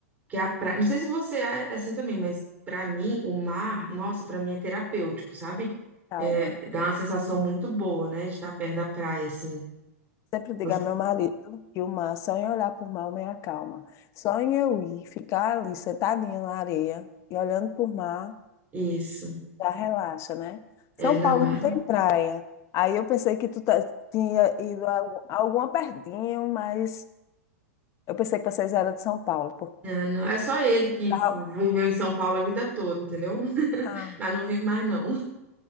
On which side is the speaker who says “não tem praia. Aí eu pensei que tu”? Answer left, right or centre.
Left